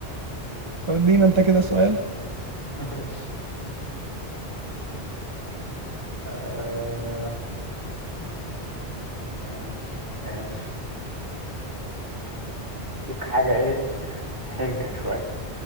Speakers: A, on the right (about 25°); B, on the right (about 55°).
A: طب ادينا انت كده سؤال
B: ماشي آه، ماشي ماشي ديك حاجة إيه آه، حنكة شوية